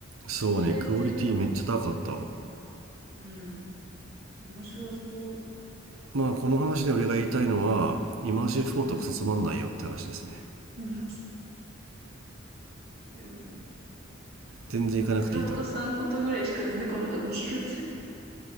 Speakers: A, on the right; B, on the right.
A: そうねクオリティめっちゃ高かったわ
B: 本気でやってるからね。うん。面白そう。
A: まあこの話で俺が言いたいのはイマーシブフォートクソつまんないよって話ですね
B: うん。うん <laughs>
A: 全然行かなくていいと思う
B: うん二言三言ぐらいしか出てこなかった気がするけど。